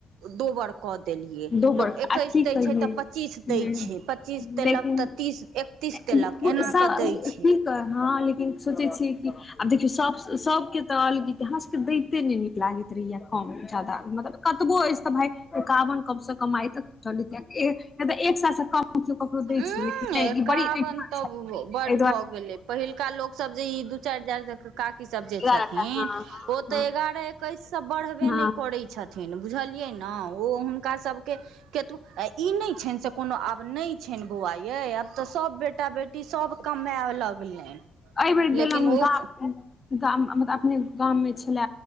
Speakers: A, on the right; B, on the left.
A: दोबार कऽ देलियै
B: दो
A: लोक
B: बड़का
A: एकैस
B: आ की
A: दै
B: कहियै
A: छै तऽ पच्चीस दै छै पच्चीस देलक
B: लेकिन
A: तऽ तीस एक। तीस
B: की
A: देलक एना कऽ दै छै।
B: हँ, लेकिन सोचै छी कि। आब देखियौ सभ सभके तऽ हसगित हमरासकेँ दैते नहि नीक लागैत रहैए कम ज्यादा मतलब। कतबो अछि तऽ भाय एकावन कम से कम आइ तक चल नहि तऽ एक सालसँ कम केओ ककरो दै
A: उंम्म
B: छै लेकिन
A: एकावन
B: नहि ई बड़ी अख
A: तऽ
B: छै एहि
A: बड्ड
B: दुआरे।
A: भऽ गेलै पहिलका लोको सभ जे ई दू चारि हजार तक का इ सभ जे
B: एगारह
A: छथिन
B: टा हँ
A: ओ तऽ
B: हँ
A: एगारह एकैससँ बढ़बे
B: हँ
A: नहि
B: हँ
A: करै छथिन न बुझलियै ने ओ हुनका सभके केतु ई नहि छै, से कोनो आब नहि छनि, बौआ यौ ये आब तऽ सभ बेटा बेटी सभ कमाइ लगलनि
B: एहि बेर गेल
A: लेकिन
B: हम
A: ओ
B: गाम गाम मतलब अपने गाममें छले